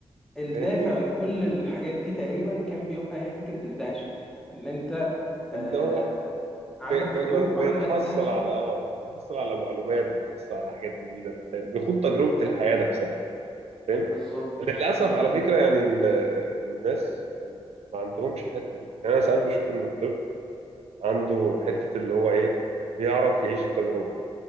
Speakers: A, in the centre; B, on the right.
A: الدافع
B: فاهمني
A: لكل الحاجات دي تقريبا كان بيبقى هي فكره الدهشه ان انت آه،
B: ان هو
A: عندك
B: بي- بي-
A: فضول وعندك
B: بيتحصل
A: دهشة
B: على اه بيتحصل على معلومات بيتحصل على حاجات جديده أنت فاهم؟ بيخوض تجربه الحياه نفسها فاهم
A: بالظبط
B: للاسف
A: امم
B: على فكره يعني ال- الناس ما عندهمش الحته دي يعني انا ساعات بشوف ان الطب عنده حته اللي هو ايه بيعرف يعيش التجربه